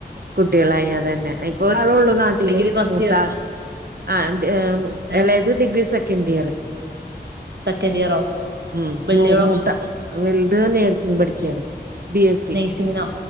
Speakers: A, on the right; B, on the right.
A: കുട്ടികളായി അത തന്നെ ഇപ്പൊ ഒരാളെഉള്ളു
B: ആഹ്
A: നാട്ടില്
B: ഡിഗ്രി ഫസ്റ്റ്
A: മൂത്ത
B: ഇയറോ
A: ആ
B: ഏഹ്
A: എളേത് ഡിഗ്രി സെക്കൻഡ് ഇയർ
B: സെക്കൻഡ് ഇയറോ
A: ഉ
B: വല്യോളോ
A: മ മൂത്ത വലുത് നേഴ്സിങ് പഠിക്കാണ് ബി എസ് സി
B: നഴ്സിങ്ങിനോ